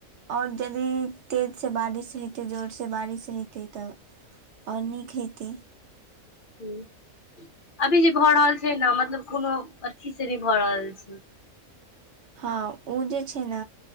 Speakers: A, on the right; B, on the left.
A: अओर यदि तेजसँ बारिश हेतै, जोरसँ बारिश हेतै तऽ आओर नीक हेतै।
B: हम्म अभी जे भऽ रहल छै न, मतलब कोनो अथी से नहि भऽ रहल छै।
A: हँ ओ जे छै न